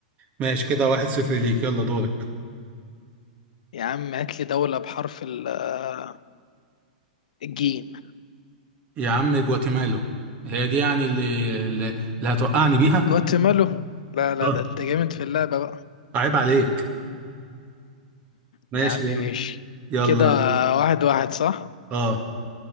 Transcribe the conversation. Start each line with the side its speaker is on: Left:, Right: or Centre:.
Right: ماشي كده واحد صفر ليك يلا دورك
Left: يا عم هات لي دولة بحرف ال- آه، الجيم
Right: يا عم جواتيمالا هي دي يعني اللي اللي اللي هتوقعني بيها
Left: جواتيمالا لا لا
Right: آه،
Left: ده انت جامد في اللعبة بقى
Right: عيب عليك ماشي
Left: يا عم
Right: يلا
Left: ماشي
Right: يلا
Left: كده واحد واحد صح
Right: اه